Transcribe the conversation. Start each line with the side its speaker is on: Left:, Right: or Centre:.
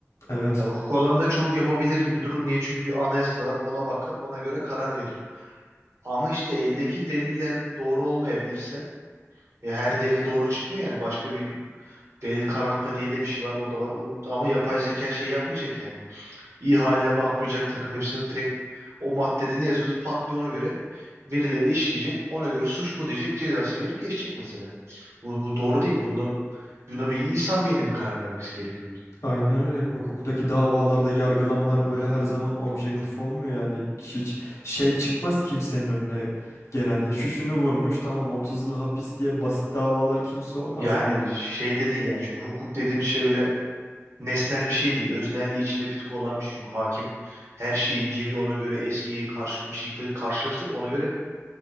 Left: Evet.
Right: Ya hukuk alanında çok yapabilir gibi durur. Niye? Çünkü bir anayasa var. Ona bakar, ona göre karar verir. Ama işte eldeki deliller doğru olmayabilirse, ya her delil doğru çıkmıyor yani başka bir delil karartma diye de bir şey var, o da var. O- ama yapay zeka şey yapmayacak yani. İyi haline bakmayacak takım hepsini direkt o maddede ne yazıyorsa pat diye ona göre verileri işleyecek. Ona göre suç bu diyecek, cezasını verip geçecek mesela. Bu, bu doğru değil. Bunu buna bir insan beyninin karar vermesi gerekiyor o yüzden.
Left: Aynen öyle. Hukuktaki davalarda yargılamalar
Right: Hı,
Left: böyle her zaman objektif
Right: hı,
Left: olmuyor yani. Hiç şey çıkmaz kimsenin önüne genelde. Şu şunu vurmuş tamam 30 yıl hapis
Right: hı.
Left: diye basit davalar kimse olmaz.
Right: Yani şey de değil yani çünkü hukuk dediğim şey öyle nesnel bir şey değil. Öznelliği içinde bir tık olan bir şey. Çünkü hakim her şeyi inceliyor ona göre eskiye karşılı bir şekilde karşılaştırıp ona göre